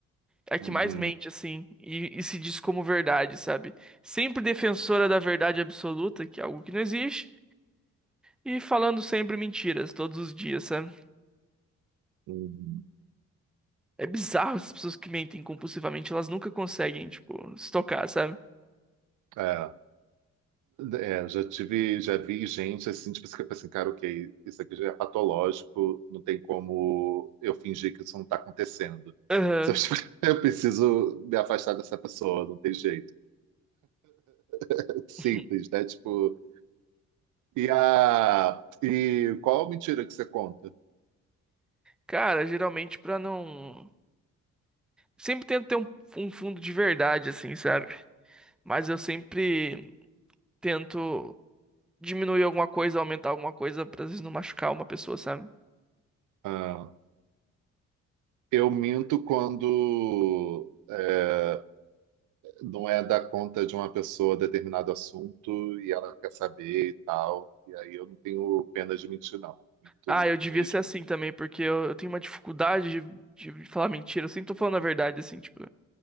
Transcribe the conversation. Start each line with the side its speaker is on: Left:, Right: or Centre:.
Centre: É a que
Right: Uhum,
Centre: mais mente assim e, e se diz como verdade, sabe? Sempre defensora da verdade absoluta, que é algo que não existe, e falando sempre mentiras todos os dias, sabe?
Right: uhum.
Centre: É bizarro essas pessoas que mentem compulsivamente, elas nunca conseguem, tipo, se tocar, sabe?
Right: É, é, já tive, já vi gente assim, tipo, você fica assim, cara, ok, isso aqui já é patológico, não tem como eu fingir que isso não está acontecendo.
Centre: Aham.
Right: Só, tipo, <laughs> Eu preciso me afastar dessa pessoa, não tem jeito. É Simples,
Centre: <laughs>
Right: né? Tipo, e a e qual mentira que você conta?
Centre: Cara, geralmente pra não. Sempre tento ter um, um fundo de verdade, assim, sabe? Mas eu sempre tento diminuir alguma coisa, aumentar alguma coisa, pra às vezes não machucar uma pessoa, sabe?
Right: Ah, eu minto quando é, não é dar conta de uma pessoa determinado assunto e ela quer saber e tal. E aí eu não tenho pena de mentir, não. Muito
Centre: Ah, eu devia
Right: mesmo.
Centre: ser assim também, porque eu, eu tenho uma dificuldade de, de falar mentira. Eu sempre tô falando a verdade, assim, tipo.